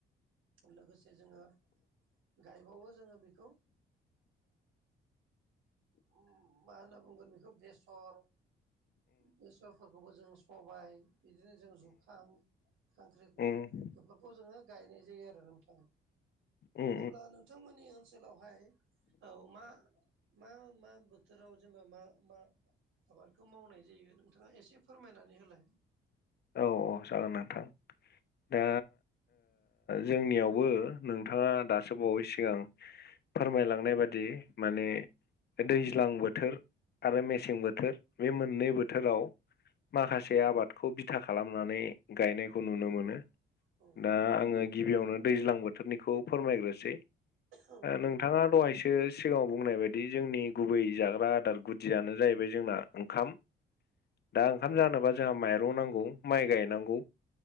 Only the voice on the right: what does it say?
लोगोसे जोङो गायबावो जोङो खौ ओ मा होनना बुंगोन बेखौ बेस सर बेसरफोरखौबो जों सबाय बिदिनो जों जुखाम खांख्रि बेफोरखौ
जोङो गायनाय जायो आरो नोंथां।
अब्ला नोंथांमोननि ओनसोलावहाय औ मा मा मा बोथोराव जोङो मा मा आबादखौ मावनाय जायो नोंथाङा एसे फोरमायनानै होलाय।
औ
औ
औ